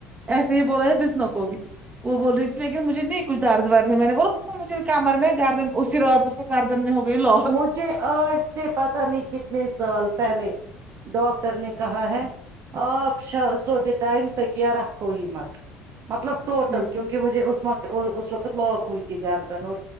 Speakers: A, on the right; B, on the right.
A: ایسے ہی بولا تھا بسمہ کو بھی وہ بول رہی تھی لیکن مجھے نہیں کچھ درد ورد ہے میں نے بو لا مجھے بھی کمر میں گاردن اسی رات اس کے گاردن میں ہو گئی لو
B: مجھے آج سے پتہ نہیں کتنے سال پہلے ڈاکٹر نے کہا ہے آپ شا سوتے ٹائم تکیہ رکھو ہی مت مطلب ٹوٹل
A: دیکھو
B: کیونکہ مجھے اس مقت اس وقت لاک ہوئی تھی گردن اور